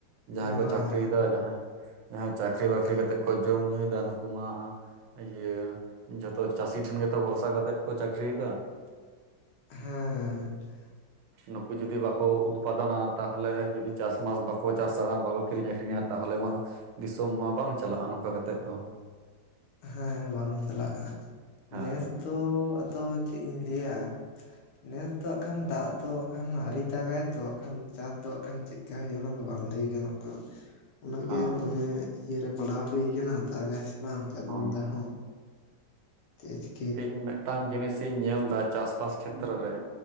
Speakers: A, on the right (about 85°); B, on the left (about 75°).
A: ᱡᱟᱦᱟᱸᱭ ᱠᱚ,
B: ᱵᱟᱝ
A: ᱪᱟᱹᱠᱨᱤ ᱭᱮᱫᱟ,
B: ᱵᱟᱝ
A: ᱡᱟᱦᱟᱸ ᱡᱟᱦᱟᱸᱭ ᱪᱟᱹᱠᱨᱤ ᱵᱟᱠᱨᱤ ᱠᱟᱛᱮᱜ ᱠᱚ, ᱡᱚᱢ ᱧᱩᱭ ᱮᱫᱟ, ᱱᱩᱠᱩ ᱢᱟ ᱤᱭᱟᱹ, ᱡᱷᱚᱛᱚ ᱪᱟᱹᱥᱤ ᱴᱷᱮᱱ ᱜᱮᱛᱚ, ᱵᱷᱚᱨᱥᱟ ᱠᱟᱛᱮᱫ ᱠᱚ ᱪᱟᱹᱠᱨᱤ ᱭᱮᱫᱟ ᱾
B: ᱦᱟᱸᱻ ᱾
A: ᱱᱩᱠᱩ ᱡᱩᱫᱤ, ᱵᱟᱠᱚ ᱩᱛᱯᱟᱫᱚᱱᱟ ᱛᱟᱦᱚᱞᱮ ᱡᱩᱫᱤ, ᱪᱟᱥᱵᱟᱥ ᱵᱟᱠᱚ, ᱪᱟᱥᱟ, ᱵᱟᱠᱚ ᱠᱤᱨᱤᱧ- ᱟᱠᱷᱨᱤᱧᱟ, ᱛᱟᱦᱚᱞᱮ ᱢᱟ ᱫᱤᱥᱚᱢ ᱢᱟ, ᱵᱟᱝ ᱪᱟᱞᱟᱜᱼᱟ, ᱱᱚᱝᱠᱟ ᱠᱟᱛᱮᱫ ᱫᱚ ᱾
B: ᱦᱮᱸᱻ, ᱵᱟᱝ ᱪᱟᱞᱟᱜᱼᱟ,
A: ᱦᱮᱸ
B: ᱱᱮᱥ ᱫᱚ ᱟᱫᱚ, ᱪᱮᱫ ᱤᱧ ᱞᱟᱹᱭᱟ? ᱱᱮᱥ ᱫᱟᱜ ᱠᱷᱟᱱ, ᱫᱟᱜ ᱫᱚ ᱠᱷᱟᱱ, ᱟᱹᱣᱨᱤ ᱫᱟᱜᱟᱭ ᱛᱚ, ᱠᱷᱟᱱ ᱪᱟᱥ ᱫᱚ ᱠᱷᱟᱱ ᱪᱮᱫ ᱮᱤᱠᱟᱭ, ᱚᱱᱟ ᱫᱚ ᱵᱟᱝ ᱞᱟᱹᱭ ᱜᱟᱱᱚᱜ ᱠᱟᱱᱟ ᱾ ᱚᱱᱟ ᱜᱮ,
A: ᱦᱮᱸ
B: ᱫᱚᱢᱮ ᱤᱭᱟᱹᱨᱮ, ᱯᱟᱲᱦᱟᱣ ᱦᱩᱭ ᱟᱠᱟᱱᱟ, ᱫᱟᱜᱟᱭ ᱥᱮ ᱵᱟᱝ, ᱪᱟᱸᱫᱚ
A: ᱦᱮᱸ
B: ᱵᱚᱸᱜᱟ ᱦᱚᱸ ᱾ ᱛᱮᱡ, <inaudible>
A: ᱤᱧ ᱢᱤᱫᱴᱟᱝ ᱡᱤᱱᱤᱥ, ᱤᱧ ᱧᱮᱞ ᱮᱫᱟ, ᱪᱟᱥ-ᱵᱟᱥ ᱠᱷᱮᱛᱨᱚ ᱨᱮ,